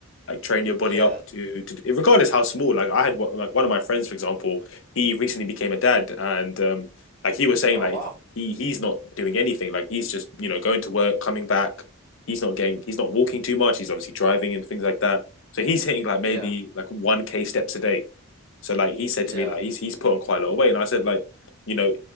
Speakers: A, on the left (about 60°); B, on the right (about 45°).
A: like train your body
B: Yeah.
A: up to, to regardless how small like i had one, like one of my friends for example he recently became a dad and um like he was saying
B: Oh
A: like
B: wow.
A: he he's not doing anything like he's just you know going to work coming back he's not getting he's not walking too much he's obviously driving and things like that so he's hitting like maybe
B: Yeah.
A: like 1k steps a day so like he said
B: Yeah.
A: to me, like he's he's put on quite a lot of weight, and I said like, you know,